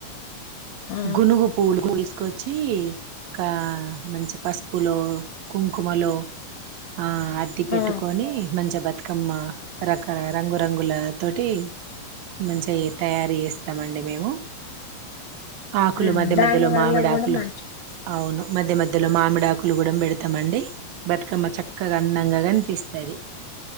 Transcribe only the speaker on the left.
ఆ
ఆ
ఉమ్
దాని
వల్ల
కూడా
మంచి